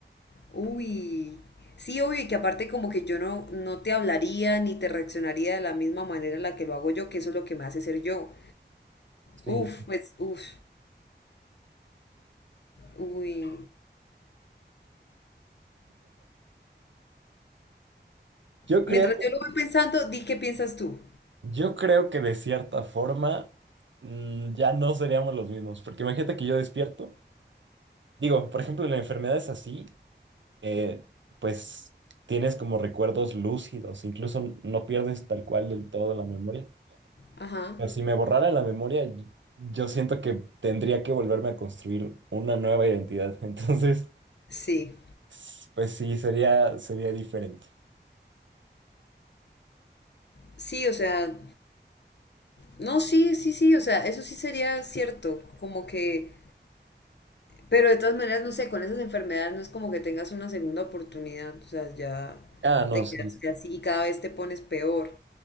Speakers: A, on the left; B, on the right.
A: Uy. Sí, obvio, y que aparte como que yo no, no te hablaría ni te reaccionaría de la misma manera en la que lo hago yo, que eso es lo que me hace ser yo.
B: Sí.
A: Uf, pues, uf, uy.
B: Yo
A: Mientras
B: creo
A: yo lo voy pensando, di qué piensas tú.
B: Yo creo que de cierta forma mm, ya no seríamos los mismos, porque imagínate que yo despierto, digo, por ejemplo, en la enfermedad es así, eh, pues tienes como recuerdos lúcidos, incluso no pierdes tal cual del todo la memoria.
A: Ajá.
B: Pero si me borrara la memoria, y- yo siento que tendría que volverme a construir una nueva identidad, <laughs> entonces,
A: Sí.
B: s- pues sí, sería, sería diferente.
A: Sí, o sea, No, sí, sí, sí, o sea, eso sí sería cierto, como que, pero de todas maneras, no sé, con esas enfermedades no es como que tengas una segunda oportunidad, o sea, ya
B: Ah, no,
A: te
B: sí,
A: quedaste
B: sí,
A: así y cada vez te pones peor.